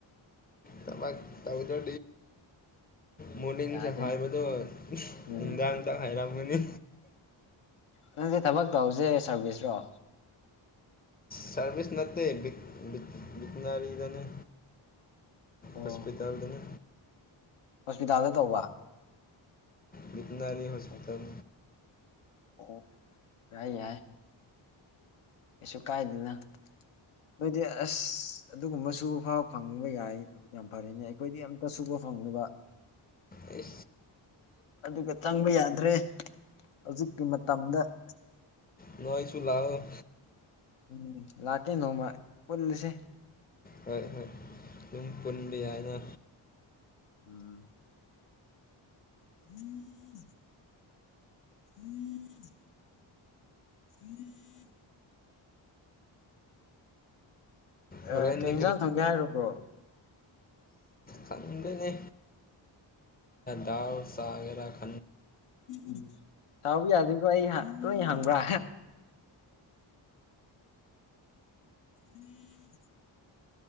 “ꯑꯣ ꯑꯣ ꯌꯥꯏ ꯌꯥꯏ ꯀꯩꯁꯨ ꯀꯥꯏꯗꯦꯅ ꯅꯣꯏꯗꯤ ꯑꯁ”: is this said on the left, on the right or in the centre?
Left